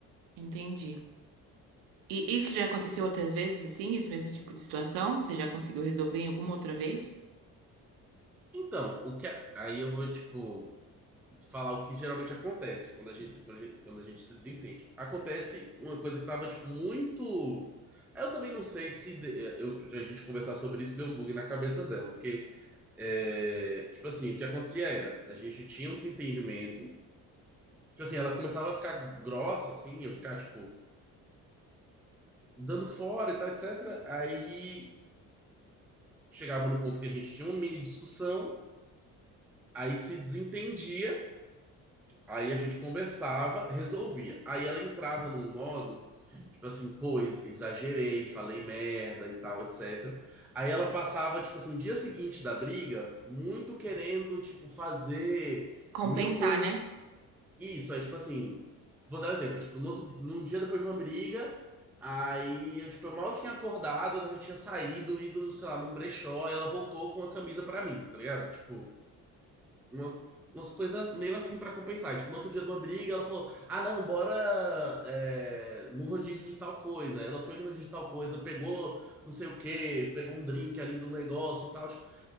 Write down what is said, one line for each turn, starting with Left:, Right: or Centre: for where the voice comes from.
Right: Entendi. E isso já aconteceu outras vezes, assim, esse mesmo tipo de situação? Você já conseguiu resolver em alguma outra vez?
Centre: Então, o que a- aí eu vou, tipo. falar o que geralmente acontece quando a gente, quando a gente, quando a gente se desentende. Acontece uma coisa que tava, tipo, muito. Eu também não sei se de- eu, a gente conversar sobre isso deu um bug na cabeça dela, porque, é, tipo assim, o que acontecia era, a gente tinha um desentendimento, tipo assim, ela começava a ficar grossa, assim, eu ficar, tipo, dando fora e tal, etc. Aí chegava no ponto que a gente tinha uma mini discussão, aí se desentendia, aí a gente conversava, resolvia. Aí ela entrava num modo Tipo assim, pô, ex- exagerei, falei merda e tal, etc. Aí ela passava, tipo assim, no dia seguinte da briga, muito querendo, tipo, fazer
Right: Compensar,
Centre: mil coisas.
Right: né?
Centre: Isso, aí, tipo assim, vou dar um exemplo. Tipo, no outro- num dia depois de uma briga, aí eu, tipo, eu mal tinha acordado, ela já tinha saído, ido, sei lá, num brechó, aí ela voltou com a camisa pra mim, tá ligado? Tipo uma, umas coisas meio assim pra compensar. Tipo, no outro dia de uma briga, ela falou: Ah, não, bora é, no rodízio de tal coisa. Ela foi no rodízio de tal coisa, pegou não sei o quê, pegou um drink ali do negócio e tal. Tipo,